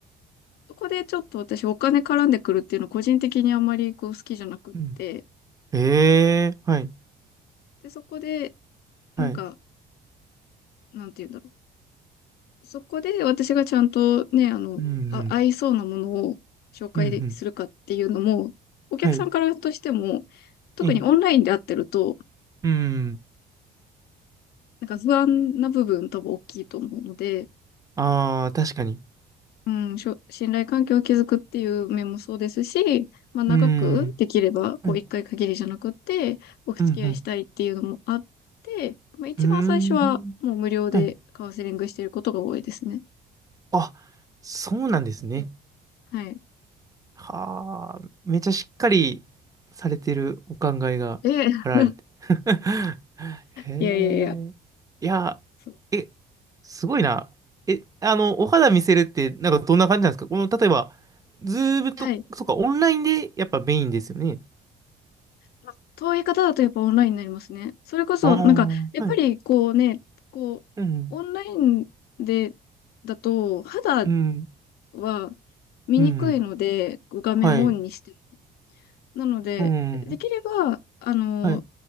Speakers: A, on the left (about 70°); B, on the right (about 20°).
A: そこでちょっと私、お金絡んでくるっていうの、個人的にあんまりこう好きじゃなくって、
B: うん。ええー、はい。
A: で、そこで、
B: はい。
A: なんか、なんて言うんだろう。そこで私がちゃんとね、あの、
B: うん、うん。
A: あ、合いそうなものを紹介するかっていうのも、
B: うん、うん。
A: お客さんからとしても、
B: はい。
A: 特にオンラインで会ってると、
B: うん。うん。
A: なんか不安な部分多分大きいと思うので、
B: ああ、確かに。
A: うん、しょ信頼関係を築くっていう面もそうですし、まあ長くできれば、
B: うん。
A: こう一回限りじゃなくて、
B: はい。
A: お付き合いしたいっていうのもあって、
B: うん、
A: まあ一番最初はもう無料でカウンセリングしていることが多いですね。
B: うん。うーん。はい。あ、そうなんですね。
A: はい。
B: はあ、めちゃしっかりされてるお考えがあられて。
A: ええ、<laughs>
B: <laughs> へえ。
A: いやいやいや。
B: いや、
A: そう
B: え、すごいな。え、あの、お肌見せるって、なんかどんな感じなんですかこの、例えば、ズームと、
A: はい。
B: そうか、オンラインでやっぱメインですよね。
A: まあ遠い方だとやっぱオンラインになりますね。それこそ、
B: あ
A: なんか、やっぱりこうね、
B: あ、はい。
A: こう、
B: うん、
A: オンラインで、だと、肌
B: うん、
A: は見にくいので、
B: うん、
A: こう画面をオンにして
B: はい、
A: なので、
B: うん、
A: できれば、あの、
B: はい、